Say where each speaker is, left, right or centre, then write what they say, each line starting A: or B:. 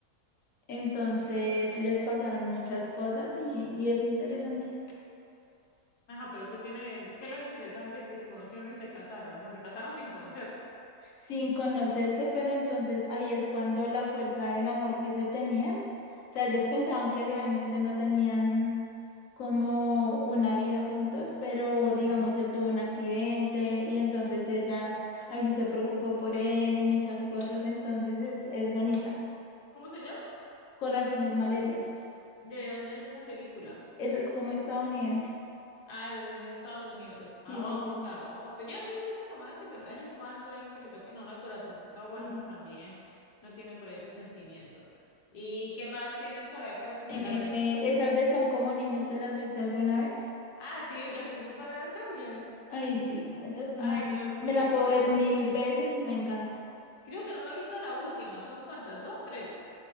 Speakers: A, on the left; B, on the left.
A: Entonces les pasaron muchas cosas y, y es interesante.
B: Ajá, pero ¿qué tiene, qué es lo interesante que se conocieron y se casaron? O sea, se casaron sin conocerse.
A: Sin conocerse, pero entonces ahí es cuando la fuerza del amor que se tenían O sea, ellos pensaban que realmente no tenían como una vida juntos, pero digamos,
B: Ujú.
A: él tuvo un accidente y entonces ella, ahí sí se preocupó por él y muchas cosas, entonces es, es bonita.
B: ¿Cómo se llama?
A: Corazones malheridos.
B: ¿De dónde es esa película?
A: Esa es como estadounidense.
B: Ah, es de Estados Unidos.
A: Sí,
B: Ah, voy
A: sí,
B: a buscarla,
A: sí.
B: voy a buscar. Yo no soy muy de romance, pero de vez en cuando ahí que le toquen a uno el corazoncito aguanta
A: Sí.
B: también. No tiene por ahí su sentimiento. ¿Y qué más tienes por ahí para recomendarme?
A: Eh, esas de Son como niños, ¿te las viste alguna vez?
B: Ah, sí, las que son con Adam Sandler.
A: Ay, sí, esas son,
B: Ay, no, sí,
A: me la
B: es
A: puedo
B: que esas
A: ver
B: son
A: mil
B: muy buenas.
A: veces y me encanta.
B: Creo que no me he visto la última. ¿Son cuántas? ¿Dos? ¿Tres?